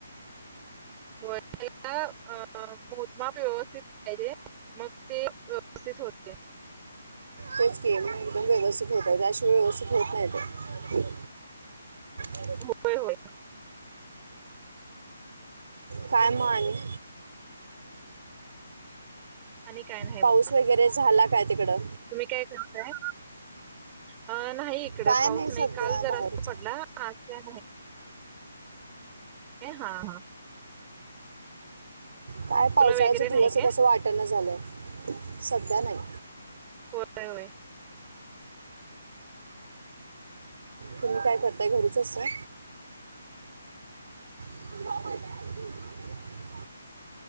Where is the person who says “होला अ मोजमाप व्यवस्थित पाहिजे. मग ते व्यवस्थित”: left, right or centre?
Right